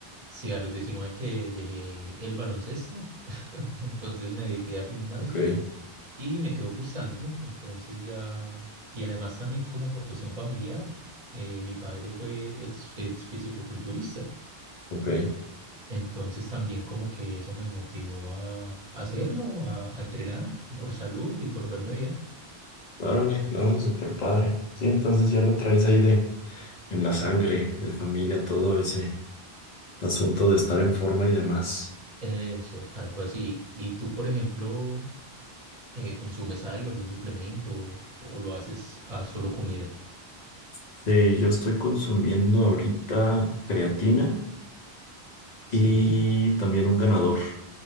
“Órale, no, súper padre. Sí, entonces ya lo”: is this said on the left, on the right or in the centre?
Left